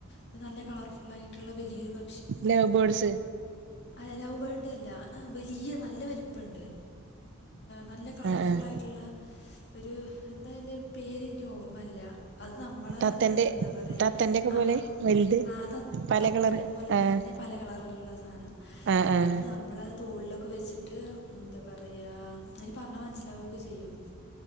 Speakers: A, on the left; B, on the right.
A: ഒരു നല്ല കളർഫുള്ളായിട്ടുള്ള വലിയൊരു പ
B: ലൗ ബേഡ്സ്
A: അല്ല ലൗ ബേഡല്ല വലിയ നല്ല വെല് പ്പണ്ട് നല്ല കളർഫുള്ളായിട്ട്ള്ളെ
B: ആഹ് ആഹ്
A: ഒരു എന്താ അയ്ന്റൊരു പേരെനിക്ക് ഓർമ്മല്ല അത് നമ്മളെ
B: തത്തന്റെ
A: എന്താ പറയ
B: തത്തന്റെ ഒക്കെ
A: ആ
B: പോലെ വലുത്
A: ആ തത്
B: പല
A: തത്തനെ
B: കളറ്
A: പോലെത്തെന്നെ
B: ആഹ്
A: പല കളർല്ള്ളാ സാനം
B: ആഹ് ആഹ്
A: അത് ന നമ്മളെ തോൾലൊക്കെ വെച്ച്ട്ട് എന്താ പറയ അയ്ന് പർഞ്ഞാ മൻസ്സിലാവൊക്കെ ചെയ്യും